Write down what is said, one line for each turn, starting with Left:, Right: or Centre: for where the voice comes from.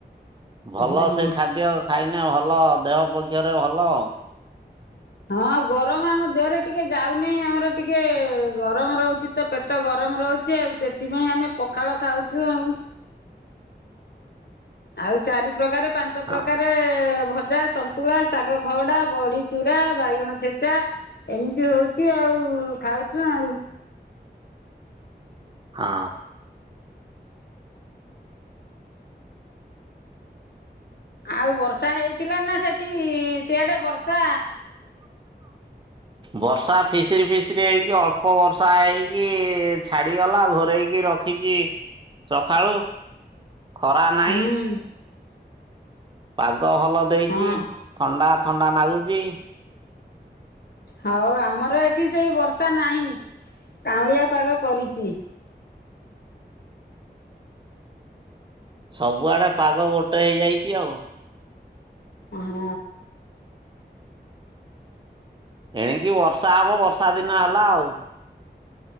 Right: ଭଲ
Left: ହଁ।
Right: ସେ ଖାଦ୍ୟ ଖାଇନି ଭଲ ଦେହ ପକ୍ଷରେ ଭଲ ଆଉ
Left: ହଁ ଗରମ ଆମ ଦେହରେ ଟିକେ ଯାଉନହିଁ ଆମର ଟିକେ ଗରମ ରହୁଚି ତ ପେଟ ଗରମ ରହୁ ଚି ଆଉ ସେଥିପାଇଁ ଆମେ ପଖାଳ ଖାଉଚୁ ଆଉ। ଆଉ ଚାରି ପ୍ରକାର ପାଞ୍ଚ ପ୍ରକାରେ
Right: ହଁ।
Left: ଭ ଜା ସନ୍ତୁଳା ଶାଗ ଖରଡା ବଡି ଚୁରା ବାଇଗଣ ଛେଚା ଏମିତି ହୋଉଚି ଆଉ। ଖାଉଚୁ ଆଉ।
Right: ହଁ।
Left: ଆଉ ବର୍ଷା ହେଇଥିଲା ନା ସେଠି ସିଆଡେ ବର୍ଷା?
Right: ବର୍ଷା ଫିସିରି ଫିସିରି ହେଇକି ଅଳ୍ପ ବର୍ଷା ହେଇକି ଛାଡିଗଲା ଘୋରେଇକି ରଖିଚି ସକାଳୁ ଖରା ନାଇଁ
Left: ହୁଁ
Right: ପାଗ ଭଲ ଦେଇଚି
Left: ହଁ
Right: ଥଣ୍ଡା ଥଣ୍ଡା ନାଗୁଚି।
Left: ହୋଉ ଆମର ଏଠି ସେ ବର୍ଷା ନାହିଁ କାଉଁଳିଆ ପାଗ କରିଚି।
Right: ସବୁଆଡେ ପାଗ ଗୋଟେ ହେଇଯାଇଚି ଆଉ।
Left: ହଁ।
Right: ଏଣିକି ବର୍ଷା ହବ ବର୍ଷା ଦିନ ହେଲା ଆଉ।